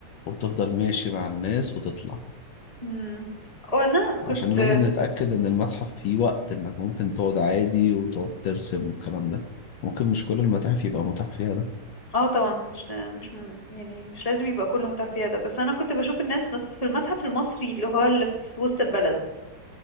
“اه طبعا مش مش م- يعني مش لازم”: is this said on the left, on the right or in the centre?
Left